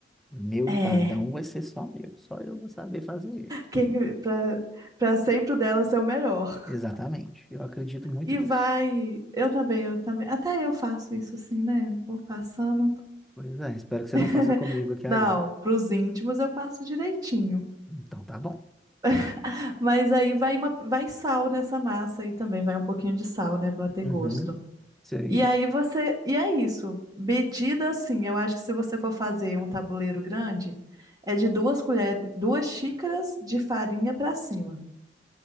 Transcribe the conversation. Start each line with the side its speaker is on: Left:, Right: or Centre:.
Centre: meu empadão
Right: É.
Centre: vai ser só meu, só eu vou saber fazer ele.
Right: Quem, pra, pra sempre o dela ser o melhor.
Centre: Exatamente, eu acredito muito
Right: E
Centre: nisso.
Right: vai. Eu também, eu também. Até eu faço isso assim, né? Eu Vou passando.
Centre: Pois é, espero que você
Right: <laughs>
Centre: não faça comigo aqui
Right: Não,
Centre: agora.
Right: pros íntimos eu passo direitinho.
Centre: Então tá bom.
Right: <laughs> Mas aí vai, uma, vai sal nessa massa aí também, vai um pouquinho de sal, né, pra ter
Centre: Uhum,
Right: gosto.
Centre: isso aí.
Right: E aí você, e é isso. Medida assim, eu acho que se você for fazer um tabuleiro grande, é de duas colheres, duas xícaras de farinha pra cima.